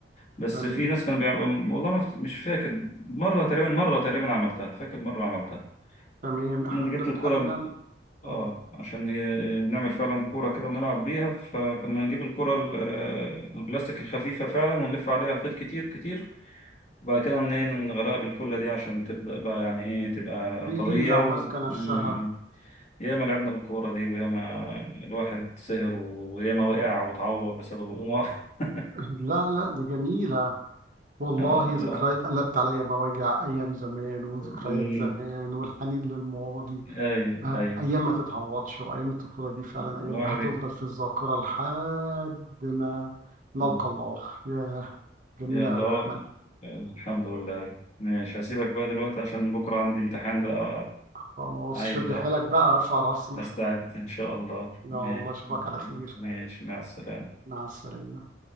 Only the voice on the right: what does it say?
تمام
تمام احنا
كنا
بنحب
نعمل
اه
في إيه
لو
ماسكه نفسها
<laughs> لا لا دي جميله والله
ذكريات
قلبت عليا مواجع أيام زمان وذكريات
زمان والحنين للماضي
آه،
أيام ما تتعوضش وأيام الطفولة دي فعلا
أيام هتفضل في الذاكرة لحد ما نلقى
الله يا جميلة
أوي
يا أحمد
خلاص
شد حيلك بقى ارفع راسنا
يا
الله أشوفك على خير
مع السلامة